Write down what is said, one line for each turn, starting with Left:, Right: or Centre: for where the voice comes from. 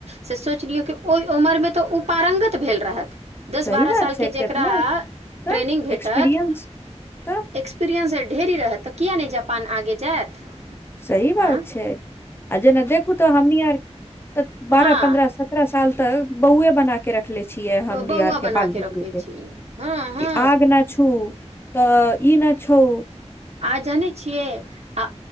Right: से सोच लियौ कि ओहि उमरमे तऽ ओ प्रांगत भेल रहत दस
Left: सही
Right: बारह
Left: बात
Right: सालके
Left: छै
Right: जेकरा
Left: केतना तऽ
Right: ट्रेनिंग भेटत
Left: एक्सपीरियंस
Right: एक-
Left: तऽ
Right: एक्सपीरियन्स ढेरी रहत तऽ किए नहि जापान आगे जायत
Left: सही बात
Right: हँ
Left: छै आ जेना देखू तऽ हमनी आर तऽ बारह
Right: हँ
Left: पन्द्रह साल सतरह साल तक बौऐ बना कऽ के रखले छियै हमरि
Right: ओ, बौआ
Left: आर के
Right: बना
Left: बाल बुतरू
Right: रखै
Left: के
Right: छियै हँ हँ
Left: कि आग न छू तऽ ई ने छूअ
Right: आ जानै छियै आ